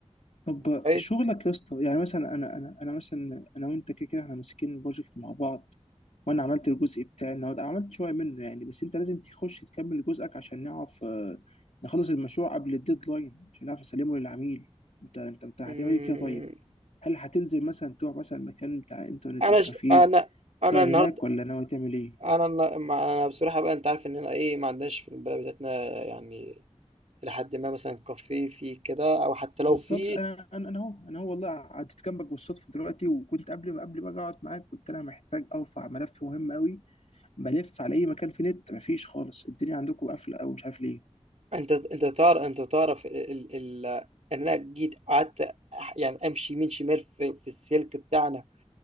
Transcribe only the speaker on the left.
طب
شغلك يا اسطى يعني مثلا انا انا انا مثلا انا وانت كده كده احنا ماسكين بروجكت مع بعض وانا عملت الجزء بتاعي النهارده عملت شويه منه يعني بس انت لازم تخش تكمل جزءك عشان نعرف آه، نخلص المشروع قبل الديدلاين عشان نعرف نسلمه للعميل انت انت انت هتعمل
ايه كده طيب هل هتنزل مثلا تروح مثلا مكان بتاع انترنت
او كافيه
تشتغل
هناك ولا ناوي تعمل ايه
بالظبط
انا انا انا اهو انا هو والله قعدت جنبك بالصدفه دلوقتي وكنت قبل ما قبل ما اقعد معاك كنت انا محتاج ارفع ملف مهم قوي بلف على اي مكان في نت مفيش خالص الدنيا عندكم قافله او مش عارف ليه